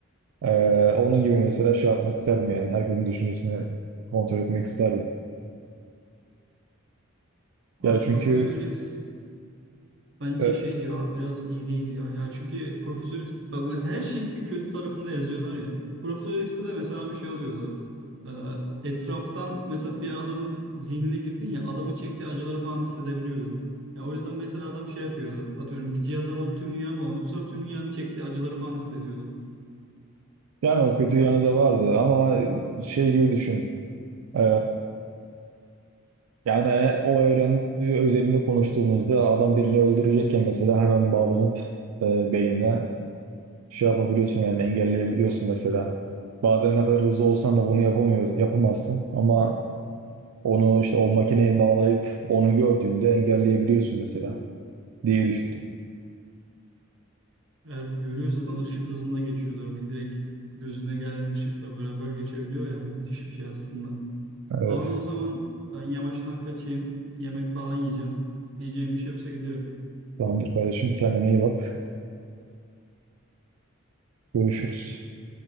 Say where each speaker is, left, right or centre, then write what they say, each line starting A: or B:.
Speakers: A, on the right; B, on the right.
A: Ee, onun gibi mesela şey yapmak isterdim yani. Herkesin düşüncesini kontrol etmek isterdim.
B: Abi
A: Ya çünkü
B: Profesör X Bence
A: e,
B: şey ya biraz iyi değil ya. Ya çünkü Profesör X bak mesela her şeyin bir kötü tarafında yazıyorlar ya. Profesör X'te de mesela bir şey oluyordu. Ee, etraftan mesela bir adamın zihnine girdin ya adamın çektiği acıları falan hissedebiliyordun. Ya o yüzden mesela adam şey yapıyordu. Atıyorum bir cihaza bağım tüm dünya bağımlı. Bu sefer tüm dünyanın çektiği acıları falan hissediyordu.
A: yani o kötü yanı da vardı ama şey gibi düşün. Ee, yani e- o evren üzerinde konuştuğumuzda adam birini öldürecekken mesela hemen bağlanıp e, beynine şey yapabiliyorsun yani engelleyebiliyorsun mesela. Bazen ne kadar hızlı olsan da bunu yapamıyor, yapamazsın ama onu işte o makineye bağlayıp onu gördüğünde engelleyebiliyorsun mesela diye düşündüm.
B: Eğer görüyorsa zaten ışık hızında geçiyordu. Hani direkt gözüne gelen ışıkla beraber geçebiliyor ya. Müthiş bir şey aslında.
A: Evet.
B: Abi o zaman ben yavaştan kaçayım. Yemek falan yiyeceğim. Diyeceğim bir şey yoksa gidiyorum.
A: Tamamdır kardeşim kendine iyi bak. Görüşürüz.